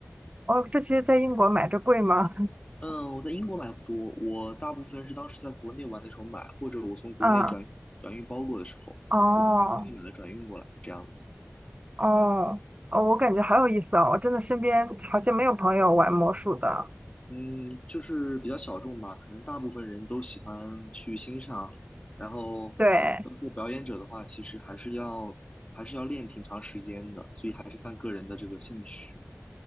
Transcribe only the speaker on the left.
嗯，我在英国买不多，我大部分是当时在国内玩的时候买，或者我从国内转转运包裹的时候，
我会从国内买了转运过来，这样子。
嗯，就是比较小众吧，可能大部分人都喜欢去欣赏，然后
做表演者的话，其实还是要还是要练挺长时间的，所以还是看个人的这个兴趣。